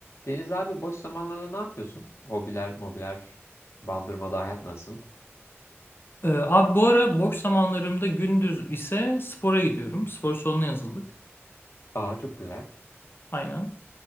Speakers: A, on the left; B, on the left.
A: Deniz abi boş zamanlarda ne yapıyorsun? Hobiler, mobiler, bandırmada hayat nasıl?
B: Ee, abi bu ara boş zamanlarımda gündüz ise spora gidiyorum. Spor salonuna yazıldık.
A: Aa çok güzel.
B: Aynen.